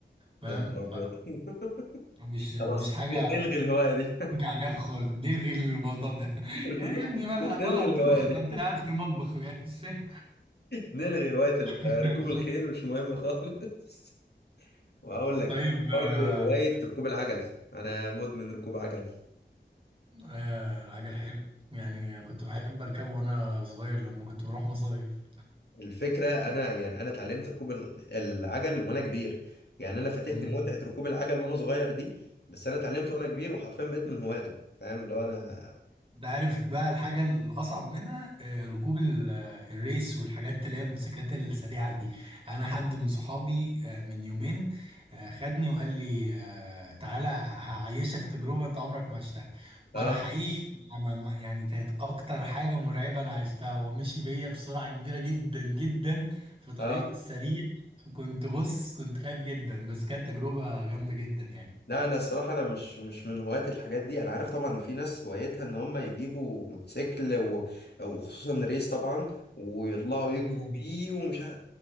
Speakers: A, on the right (about 30°); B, on the left (about 65°).
A: فاهم
B: يا نهار أبيض <laughs>
A: فمش مش
B: خلاص ن-
A: حاجة
B: نلغي الهواية دي
A: نرجع عليها خالص نلغي الموضوع ده <laughs>
B: <laughs>
A: يعني يا ابني مالها مالها
B: نلغي
A: الطبخ
B: الهواية دي
A: ما انت قاعد في المطبخ يعني مش فاهم.
B: نلغي هواية ال-
A: <laughs>
B: ركوب الخيل مش مهم خالص <laughs> وهقول لك
A: طيب
B: في
A: آه،
B: برضه هواية ركوب العجل أنا مدمن ركوب عجل
A: آه العجل حلو يعني كنت بحب اركبه وانا صغير لما كنت بروح مصايف
B: الفكرة أنا يعني أنا اتعلمت ركوب ال- العجل وأنا كبير يعني أنا فاتتني
A: مم.
B: متعة ركوب العجل وأنا صغير دي بس أنا اتعلمت وأنا كبير وحرفيا بقيت من هواته فاهم اللي هو أنا
A: ده عارف بقى الحاجة الأصعب منها آه، ركوب ال- آه، الريس والحاجات اللي هي الموتوسيكلات السريعة دي أنا حد من صحابي آه، من يومين آه، خدني وقال لي آه، تعالى هعيشك تجربة أنت عمرك ما عشتها وأنا
B: آه
A: حقيقي ما- ما- يعني كانت أكتر حاجة مرعبة أنا عشتها ومشي بيا بسرعة كبيرة جدا جدا في طريق
B: آه
A: سريع كنت بص كنت خايف جدا بس كانت تجربة جامدة جدا يعني
B: لا انا الصراحه انا مش مش من هواة الحاجات دي انا عارف طبعا ان في ناس هوايتها ان هم يجيبوا موتوسيكل و... وخصوصا ريس طبعا ويطلعوا يجروا
A: امم
B: بيه ومش ع-